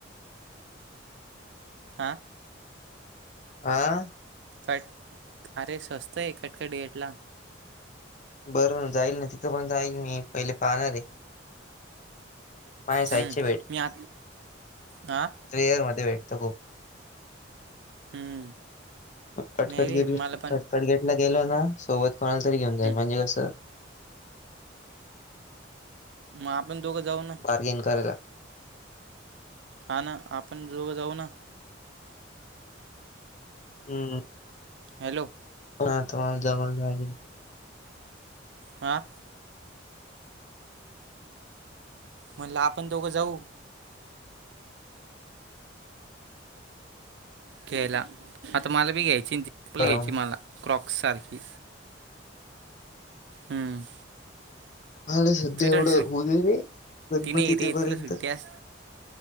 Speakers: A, on the right; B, on the left.
A: आ...
B: आ...
A: कट? अरे, सस्तं आहे का? कडेयेटला
B: बरं ना? जाईल ना? तिथं पण जाईल. मी पहिले पाहणार आहे. माझ्या साईजचे
A: हम्म, मी आ हं...
B: रिअल मध्ये भेटतो ग.
A: हम्म.
B: कटकटगेट
A: नाही रे मला पण
B: कटकटगेटला गेलो ना? सोबत कोणाला तरी घेऊन जाईल,
A: हम्म,
B: म्हणजे कसं.
A: मग आपण दोघं जाऊन...
B: बार्गेन करायला.
A: हा ना, आपण दोघ जाऊ ना?
B: हम्.
A: हॅलो.
B: उन्हात, मला जमना झालंय.
A: हां म्हणलं, आपण दोघं जाऊ. गेला. आता मला बी घ्यायची, चप्पल
B: बरोबर
A: घ्यायची
B: ना.
A: मला क्रॉक्स सारखी. हम्म.
B: मला सध्या
A: तु
B: एवढं
A: तर सुट्ट
B: होऊ दे रे गणपती
A: तिने येते.
B: तेपर्यंत
A: तुला सुट्टी अस